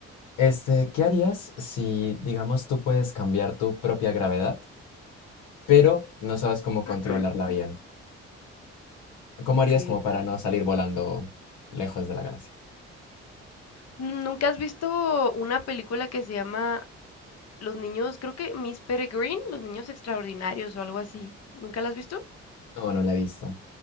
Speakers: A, on the left (about 80°); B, on the left (about 55°).
A: Este, ¿qué harías si, digamos, tú puedes cambiar tu propia gravedad, pero no sabes cómo controlarla
B: <clears throat>
A: bien? ¿Cómo
B: Ok.
A: harías como para no salir volando lejos de la galaxia?
B: ¿Nunca has visto una película que se llama Los niños, creo que Miss Peregrine, Los niños extraordinarios o algo así? ¿Nunca la has visto?
A: No, no la he visto.